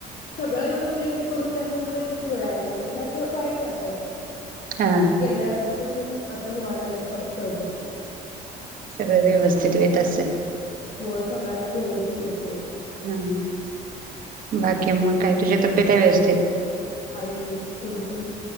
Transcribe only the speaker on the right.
हा
सगळें व्यवस्थित येत असेल.
हम्म बाकी म काय तुझे तब्यत हाय व्यवस्थेत,